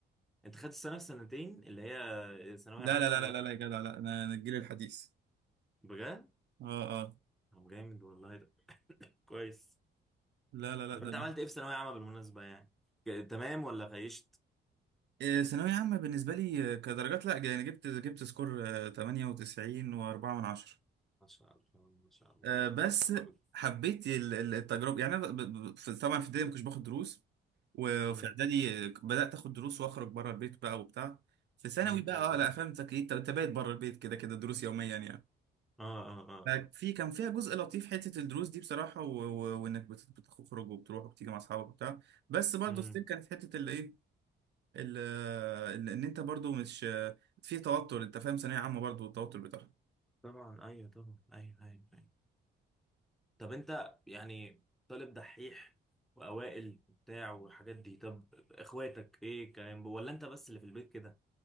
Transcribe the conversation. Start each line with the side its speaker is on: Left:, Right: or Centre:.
Centre: انت خدت السنه في سنتين اللي هي ثانويه
Right: لا
Centre: عامه
Right: لا لا لا لا لا يا جدع لا انا أنا الجيل الحديث
Centre: بجد
Right: اه اه
Centre: طب جامد والله ده كويس
Right: لا لا لا
Centre: طب
Right: ده
Centre: انت عملت ايه في ثانويه عامه بالمناسبه يعني ك- تمام ولا خيشت
Right: آه، ثانوية عامة بالنسبة لي آه، كدرجات لا يعني جبت جبت سكور آه، 98 و4 من عشرة
Centre: ما شاء الله ما شاء الله
Right: آه، بس
Centre: الله اكبر
Right: حبيت ال- ال- التجربة يعني أنا ب- ب- في- طبعا في ابتدائي ما كنتش باخد دروس وفي
Centre: امم
Right: إعدادي آه، بدأت آخد دروس وأخرج بره البيت بقى وبتاع في ثانوي
Centre: مم،
Right: بقى
Centre: مم، مم،
Right: أه لا
Centre: مم.
Right: فاهم أنت أنت بايت بره البيت كده كده دروس يوميا يعني
Centre: اه اه اه
Right: ففي
Centre: اه
Right: كان فيها جزء لطيف حتة الدروس دي بصراحة و- و- وإنك بت- بتخرج وبتروح وبتيجي مع أصحابك وبتاع بس برضه
Centre: مم.
Right: ستيل كانت حتة اللي إيه ال- ال- ان انت برضو مش في توتر انت فاهم ثانويه عامه برضو التوتر بتاعها
Centre: طبعا ايوه طبعا ايوه ايوه أيوة. طب انت يعني طالب دحيح واوائل وبتاع والحاجات دي طب اخواتك ايه الكلام ولا انت بس اللي في البيت كده